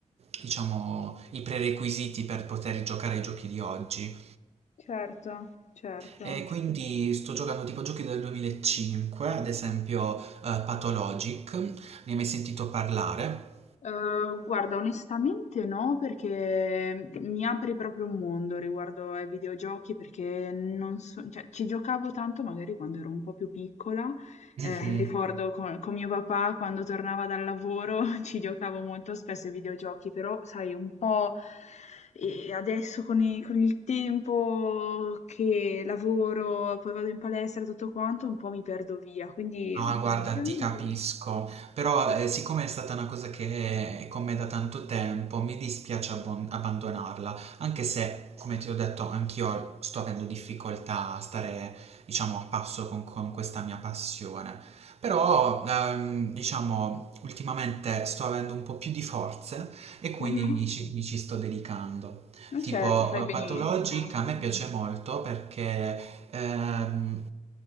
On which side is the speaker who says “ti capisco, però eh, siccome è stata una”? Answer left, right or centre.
Right